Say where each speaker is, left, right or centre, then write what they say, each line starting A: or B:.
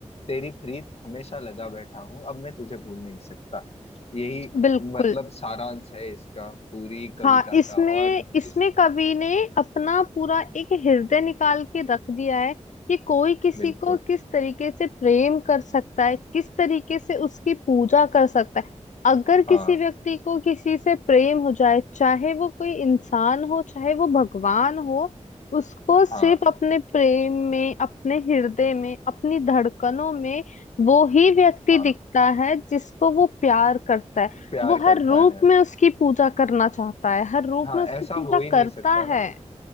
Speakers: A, on the left (about 55°); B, on the left (about 80°).
A: तेरी प्रीत हमेशा लगा बैठा हूँ अब मैं तुझे भूल नहीं सकता यही
B: बिल्कुल
A: मतलब सारांश है इसका पूरी कविता
B: हाँ इसमें
A: का और जिस
B: इसमें कवि ने अपना पूरा एक हृदय निकाल के रख दिया है कि कोई किसी
A: बिल्कुल
B: को किस तरीके से प्रेम कर सकता है किस तरीके से उसकी पूजा कर सकता है अगर
A: हाँ
B: किसी व्यक्ति को किसी से प्रेम हो जाए चाहे वो कोई इंसान हो चाहे वो भगवान हो उसको सिर्फ
A: हाँ
B: अपने प्रेम में अपने हृदय में अपनी धड़कनों में वो ही व्यक्ति
A: हाँ
B: दिखता है जिसको वो प्यार करता है
A: प्यार
B: वो
A: करता
B: हर रूप
A: है
B: में उसकी पूजा करना चाहता है हर रूप
A: हाँ
B: में उसकी
A: ऐसा
B: पूजा
A: हो ही नहीं
B: करता
A: सकता ना
B: है